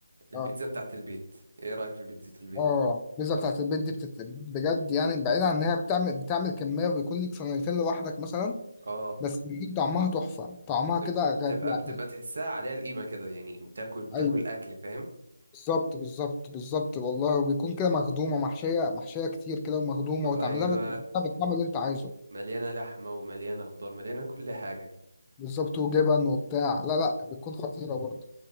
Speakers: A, on the right; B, on the left.
A: البيتزا
B: اه
A: بتاعت البيت ايه رأيك في بيتزا البيت
B: اه البيتزا بتاعت البيت دي بتت... بجد يعني بعيد عن إنها بتعمل بتعمل كمية وبيكون ليك صينيتين لوحدك مثلا
A: اه
B: بس بيكون طعمها تحفة طعمها
A: بتبقى
B: كده غير
A: بتبقى
B: يعني
A: بتبقى تحسها عليها القيمة كده يعني بتاكل بتاكل
B: أيوه
A: اكل فاهم
B: بالظبط بالظبط بالظبط والله وبيكون كده مخدومة محشية محشية كتير كده ومخدومة
A: ايوه
B: وتعملها بت- بالطعم اللي انت عايزه
A: مليانه لحمه ومليانه خضار مليانه كل حاجه
B: بالظبط وجبن وبتاع لا لا بتكون خطيرة برضه